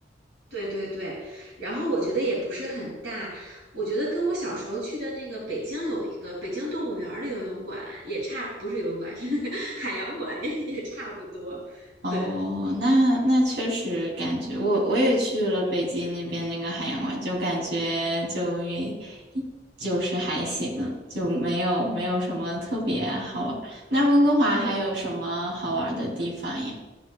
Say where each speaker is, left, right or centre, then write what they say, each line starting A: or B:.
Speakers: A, on the right; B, on the right.
A: 对对对。然后我觉得也不是很大，我觉得跟我小时候去的那个北京有一个北京动物园儿的游泳馆也差，不是游泳馆，是 <laughs> 那个海洋馆也也差不多。
B: 哦，
A: 对。
B: 那那确实感觉我我也去了北京那边那个海洋馆，就感觉就也就是还行，就没有没有什么特别好玩儿那温哥华还有什么好玩儿的地方呀？
A: 对，